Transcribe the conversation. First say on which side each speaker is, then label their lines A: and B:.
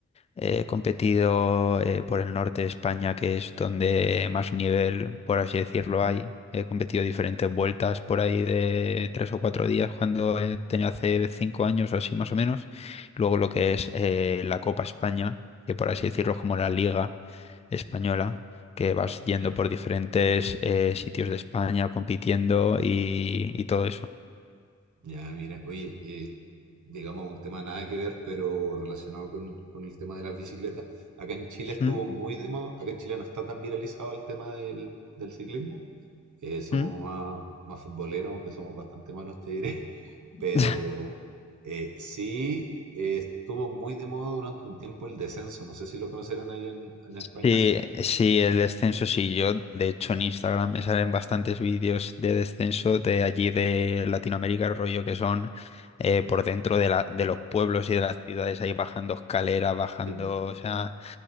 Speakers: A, on the left; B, on the right.
A: He competido eh, por el norte de España, que es donde más nivel, por así decirlo, hay. He competido diferentes vueltas por ahí de tres o cuatro días cuando eh, tenía hace cinco años o así más o menos. Luego lo que es eh, la Copa España, que por así decirlo es como la Liga Española, que vas yendo
B: Ya,
A: por diferentes eh, sitios de España compitiendo y, y todo eso.
B: ya, mira, oye, eh, digamos, un tema nada que ver, pero relacionado con, con el tema de las bicicletas. Acá en Chile estuvo
A: ¿Mm?
B: muy de moda, acá en Chile no está tan viralizado el tema del, del ciclismo. Eh, somos
A: ¿Mm?
B: más, más futboleros, aunque somos bastante malos, te diré. Pero
A: <laughs>
B: eh, sí eh, estuvo muy de moda durante un tiempo el descenso. No sé si lo conocerán ahí en, en España,
A: Sí,
B: sí.
A: sí, el descenso sí. Yo, de hecho, en Instagram me salen bastantes vídeos de descenso de allí de Latinoamérica, el rollo que son eh, por dentro de la, de los pueblos y de las ciudades, ahí bajando escaleras, bajando,
B: Em,
A: o sea,